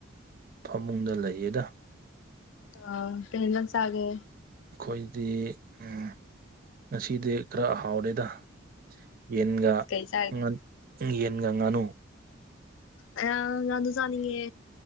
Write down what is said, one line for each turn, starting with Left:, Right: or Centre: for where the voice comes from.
Right: ꯐꯃꯨꯡꯗ ꯂꯩꯌꯦꯗ
Left: ꯑ ꯀꯩ ꯍꯤꯟꯖꯥꯡ ꯆꯥꯒꯦ
Right: ꯑꯩꯈꯣꯏꯗꯤ ꯑꯨꯝ ꯉꯁꯤꯗꯤ ꯈꯔ ꯍꯥꯎꯔꯦꯗ ꯌꯦꯟꯒ
Left: ꯀꯩ ꯆꯥꯔꯒꯦ
Right: ꯉꯥꯟ ꯌꯦꯟꯒ ꯉꯥꯅꯨ
Left: ꯑꯌꯥ ꯉꯥꯅꯨ ꯆꯥꯅꯤꯡꯉꯦ